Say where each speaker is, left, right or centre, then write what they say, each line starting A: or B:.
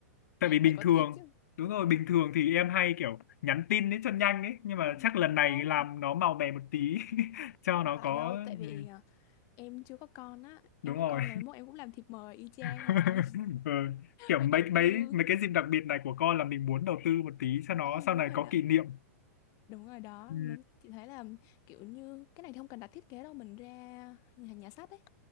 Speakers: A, on the left (about 75°); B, on the left (about 40°).
A: tại vì bình
B: phải có
A: thường
B: thiệp chứ
A: đúng rồi bình thường thì em hay kiểu nhắn tin ấy cho nhanh ấy nhưng
B: Ừ.
A: mà chắc lần này
B: không
A: làm nó màu mè một tí <laughs> cho
B: không
A: nó
B: phải
A: có
B: đâu tại vì
A: ừ,
B: à, Em chưa có con á, em
A: đúng
B: có
A: rồi
B: con là mốt em cũng làm thịt mời y chang
A: <laughs>
B: à,
A: ừ.
B: <laughs>
A: kiểu
B: phải
A: mấy
B: đầu tư.
A: mấy mấy cái dịp đặc biệt này của con là mình muốn đầu tư một tí cho nó
B: Ừ,
A: sau
B: đúng
A: này
B: rồi
A: có
B: đó,
A: kỷ niệm
B: đúng rồi đó.
A: ừ.
B: Mà Chị thấy là kiểu như cái này thì không cần đặt thiết kế đâu, mình ra nhà, nhà sách ấy,